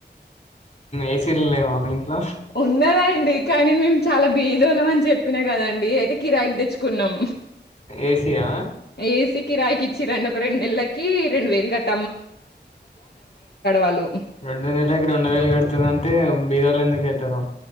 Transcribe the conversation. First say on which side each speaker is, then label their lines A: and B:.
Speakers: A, on the left; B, on the left.
A: ఏసీలు లేవ మీ ఇంట్లో
B: ఉన్నదండి కానీ మేము చాలా బీదోలం అని చెప్పినా కదండి అయితే కిరాయికి తెచ్చుకున్నాం
A: ఏసీయా
B: ఏసీకిి రాయికి ఇచ్చి రెండు ఒక రెండు నెలలకి రెండు వేలు కట్ట వాళ్ళు
A: రెండో నెల ఇక రెండో వేలు కడుతున్నా అంటే బీదాలు ఎందుకు అయితారు